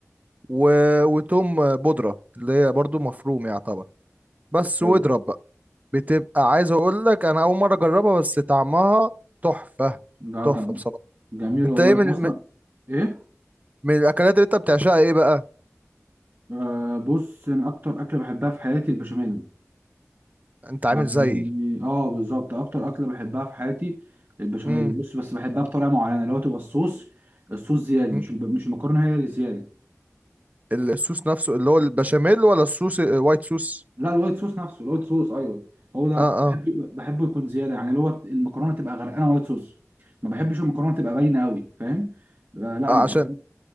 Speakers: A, on the right; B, on the right.
A: و- وتوم آه، بودرة اللي هي برضو مفروم يعتبر بس
B: ايوه
A: واضرب بقى بتبقى عايز اقول لك انا اول مرة اجربها بس طعمها تحفة
B: لا
A: تحفة
B: جم...
A: بصراحة
B: جميل
A: انت
B: والله
A: ايه من
B: أنا اصلا
A: من
B: ايه
A: من الاكلات اللي انت بتعشقها ايه بقى
B: آه بص انا اكتر اكله بحبها في حياتي البشاميل
A: انت عامل
B: يعني
A: زيي
B: اه بالظبط اكتر اكله بحبها في حياتي البشاميل
A: امم
B: بص بس بحبها بطريقه معينه اللي هو تبقى الصوص الصوص زياده
A: امم.
B: مش الب... مش المكرونه هي اللي زياده
A: الصوص نفسه اللي هو البشاميل ولا الصوص الوايت صوص
B: لا الوايت صوص نفسه الوايت صوص ايوه هو ده
A: اه اه,
B: بحب- بحبه يكون زياده يعني اللي هو المكرونه تبقى غرقانه وايت صوص ما بحبش المكرونه تبقى باينه قوي فاهم لا
A: آه
B: انا بحب
A: عشان